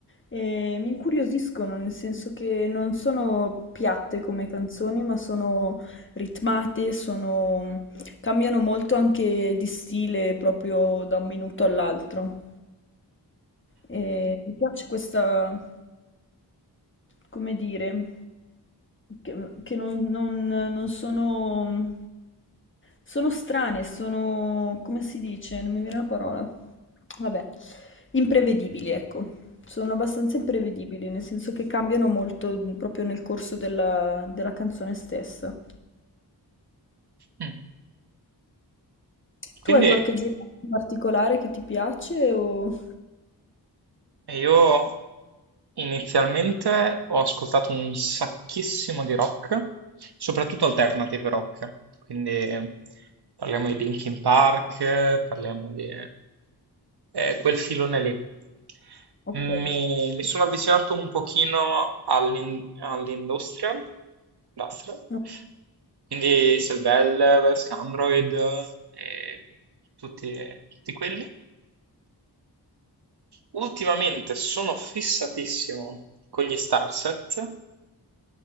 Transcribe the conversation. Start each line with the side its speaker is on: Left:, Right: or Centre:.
Left: E mi incuriosiscono, nel senso che non sono piatte come canzoni, ma sono ritmate, sono... cambiano molto anche di stile proprio da un minuto all'altro. E mi piace questa, come dire, che, che non, non- non sono, sono strane, sono, come si dice? Non mi viene la parola. Vabbè, imprevedibili, ecco. Sono abbastanza imprevedibili, nel senso che cambiano molto proprio nel corso della, della canzone stessa.
Right: Mm. Quindi
Left: Tu hai qualche genere in particolare che ti piace o...
Right: io Inizialmente ho ascoltato un sacchissimo di rock, soprattutto alternative rock, quindi parliamo di Linkin Park, parliamo di eh, quel filone lì.
Left: Ok,
Right: Mi, mi sono avvicinato un pochino all'in- all'industrial, industrial,
Left: no,
Right: quindi Selvel, Scandroid e tutti, tutti quelli. Ultimamente sono fissatissimo con gli Starset